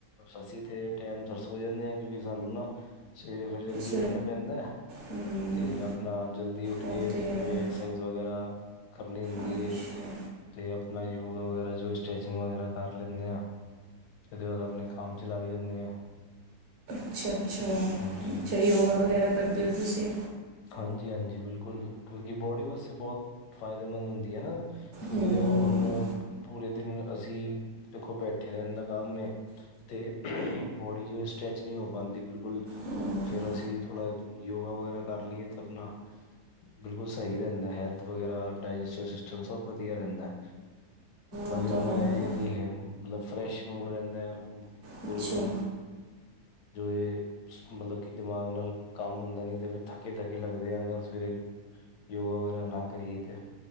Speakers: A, on the left; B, on the right.
A: ਅਸੀਂ ਤੇਥੇ ਟਾਈਮ ਦਰ ਸੋ ਜਾਂਦੇ ਹਾਂ ਕਿਉਂਕਿ ਸਾਨੂੰ ਨਾ ਸਵੇਰੇ ਫਿਰ ਜਲਦੀ
B: ਸ
A: ਉੱਠਣਾ ਪੈਂਦਾ
B: ਹੂੰ
A: ਤੇ ਆਪਣਾ ਜਲਦੀ ਉੱਠ
B: ਉਹ
A: ਕੇ
B: ਤੇ ਹੈ
A: ਫਿਰ ਐਕਸਰਸਾਈਜ਼ ਵਗੈਰਾ ਕਰਨੀ ਹੁੰਦੀ
B: ਅੱਛਾ
A: ਹੈ। ਤੇ ਆਪਣਾ ਯੋਗਾ ਵਗੈਰਾ ਜੋ ਸਟ੍ਰੈਚਿੰਗ ਵਗੈਰਾ ਕਰ ਲੈਂਦੇ ਹਾ। ਫਿਰ ਉਹਦੇ ਬਾਅਦ ਆਪਣੇ ਕੰਮ ਚਲਾ ਵੀ ਜਾਂਦੇ ਆ।
B: ਅੱਛਾ-ਅੱਛਾ-ਅੱਛਾ,
A: ਹਾਂਜੀ
B: ਯੋਗਾ ਵਗੈਰਾ ਕਰਦੇ ਹੋ ਤੁਸੀਂ।
A: ਹਾਂਜੀ-ਹਾਂਜੀ, ਬਿਲਕੁਲ ਕਿਉਂਕਿ ਬੋਡੀ ਵਾਸਤੇ ਬਹੁਤ ਫਾਇਦੇਮੰਦ ਹੁੰਦੀ ਹੈਨਾ। ਕਿਉਂਕਿ
B: ਹੂੰ
A: ਦੇਖੋ ਹੁਣ ਪੂਰੇ ਦਿਨ ਅਸੀਂ ਦੇਖੋ ਬੈਠੇ ਰਹਿਣ ਦਾ ਕੰਮ ਹੈ। ਤੇ ਬੋਡੀ ਜੋ ਸਟ੍ਰੈਚ ਨਹੀਂ ਹੋ ਪਾਉਂਦੀ ਬਿਲਕੁਲ
B: ਹੂੰ
A: ਫੇਰ ਅਸੀਂ ਥੋੜਾ ਯੋਗਾ ਵਗੈਰਾ ਕਰ ਲਈਏ ਤਾਂ ਆਪਣਾ ਬਿਲਕੁਲ, ਸਹੀ ਰਹਿੰਦਾ ਹੈਲਥ ਵਗੈਰਾ ਡਾਇਜਿਸ ਸਿਸਟਮ ਸਭ ਵਧਿਆ ਰਹਿੰਦਾ। ਨਾਲੇ
B: ਉਹ ਤਾਂ
A: ਉਹਦੇ
B: ਹੈਗਾ
A: ਨਾਲ ਇਹ ਕਿ ਮਤਲਬ ਫਰੈਸ਼ ਮੂਡ ਰਹਿੰਦਾ ਹੈ ਪੂਰੇ
B: ਅੱਛਾ
A: ਦਿਨ। ਜੋ ਇਹ ਮਤਲਬ ਕਿ ਦਿਮਾਗ ਨਾਲ ਕੰਮ ਹੁੰਦਾ ਨੀ ਤੇ ਫਿਰ ਥੱਕ ਥਕੇ-ਥਕੇ ਲੱਗਦੇ ਆ ਅਗਰ ਸਵੇਰੇ ਯੋਗਾ ਵਗੈਰਾ ਨਾ ਕਰੀਏ ਤੇ